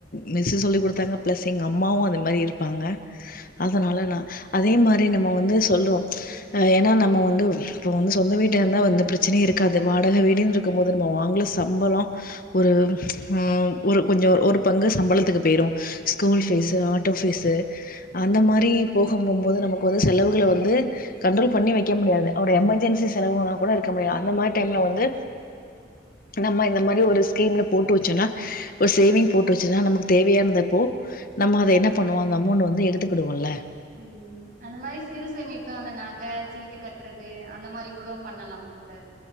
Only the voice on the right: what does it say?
ம் அந்த மாரி சிறுசேமிப்ப அந்த நக சீட்டு கட்றது அந்த மாரி கூடோ பண்ணலா சார்